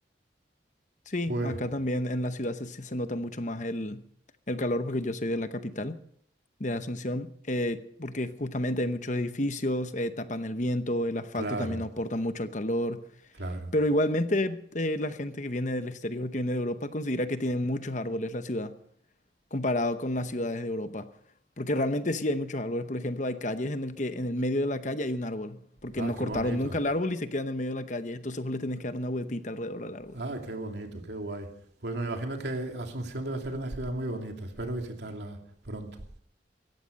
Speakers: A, on the left; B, on the right.
A: Sí,
B: Pues,
A: acá también en la ciudad se, se se nota mucho más el, el calor porque yo soy de la capital, de Asunción, eh, porque justamente hay muchos edificios, eh, tapan el viento, el asfalto
B: claro,
A: también aporta mucho al calor.
B: claro.
A: Pero igualmente eh, la gente que viene del exterior, que viene de Europa, considera que tiene muchos árboles la ciudad, comparado con las ciudades de Europa. Porque realmente sí hay muchos árboles. Por ejemplo, hay calles en el que en el medio de la calle hay un árbol. Porque
B: Ah,
A: no
B: qué
A: cortaron
B: bonito.
A: nunca el árbol y se queda en el medio de la calle. Entonces vos le tenés que dar una vueltita alrededor del árbol.
B: Ah, qué bonito, qué guay. Pues me imagino que Asunción debe ser una ciudad muy bonita. Espero visitarla pronto.